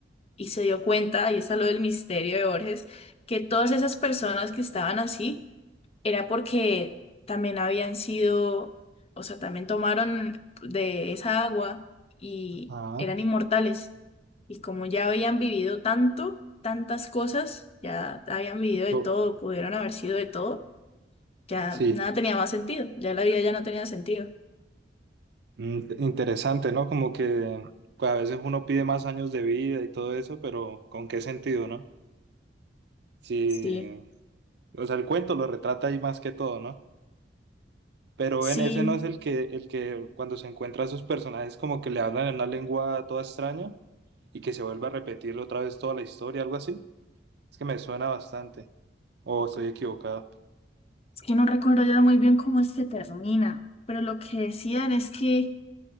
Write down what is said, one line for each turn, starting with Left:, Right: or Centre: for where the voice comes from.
Left: y se dio cuenta, y está lo del misterio de Borges, que todas esas personas que estaban así era porque también habían sido, o sea, también tomaron de esa agua y
Right: ah,
Left: eran inmortales. Y como ya habían vivido tanto, tantas cosas, ya habían vivido de
Right: so-
Left: todo, pudieron haber sido de todo, ya
Right: sí,
Left: nada tenía más sentido, ya la vida ya no tenía sentido.
Right: Mm, te- interesante, ¿no? Como que pues, a veces uno pide más años de vida y todo eso, pero ¿con qué sentido, no? Sí,
Left: Sí,
Right: o sea, el cuento lo retrata ahí más que todo, ¿no? Pero
Left: sí,
Right: en ese no es el que, el que cuando se encuentra a sus personajes como que le hablan en una lengua toda extraña y que se vuelve a repetir otra vez toda la historia, algo así. Es que me suena bastante. O estoy equivocado.
Left: es que no recuerdo ya muy bien cómo es que termina, pero lo que decían es que